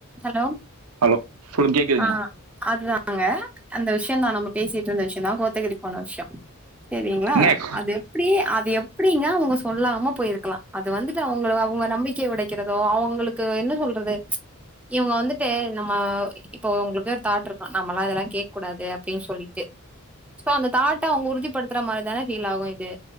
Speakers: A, in the centre; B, on the right.
A: Hello
B: hello சொல்லுங்க கேக்குதுங்க
A: ஆஹ அதுதான் அங்க அந்த விஷயம் தான் நம்ம பேசிட்டு இருந்த விஷயம் தான் கோத்தகிரி போன விஷயம் சரிங்களா
B: ஏங்க
A: அது எப்படி அது எப் எப்படிங்க அவங்க சொல்லாம போயிருக்கலாம் அது வந்துட்டு அவங்க அவங்க நம்பிக்கை உடைக்கிறதோ அவங்களுக்கு என்ன சொல்றது இவங்க வந்துட்டு நம்ம இப்போ உங்களுக்கு ஒரு தாட் இருக்கும் நம்ம எல்லாம் அதெல்லாம் கேட்க கூடாது அப்படின்னு சொல்லிட்டு சோ அந்த தாட்ட அவங்க உறுதிப்படுத்துற மாதிரி தானே ஃபீல் ஆகும் இது